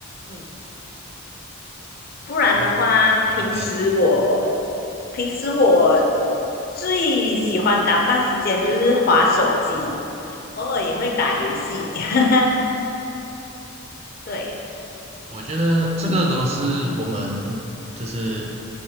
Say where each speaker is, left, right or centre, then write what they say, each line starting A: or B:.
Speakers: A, on the left (about 45°); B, on the right (about 30°).
A: 嗯。不然的话，
B: 嗯，明白。
A: 平时我平时我最喜欢打发时间就是划手机，偶尔也会打游戏。<laughs> 对，
B: 我觉得这个都是我们就是
A: 嗯，